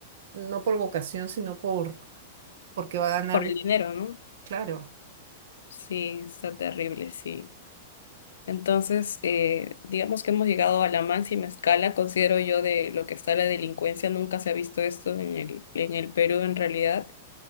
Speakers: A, on the right; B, on the left.
A: no por vocación, sino por porque va a ganar,
B: Por
A: di-
B: el dinero, ¿no?
A: claro.
B: Sí, está terrible, sí. Entonces, eh, digamos que hemos llegado a la máxima escala, considero yo, de lo que está la delincuencia. Nunca se ha visto esto en el, en el Perú en realidad.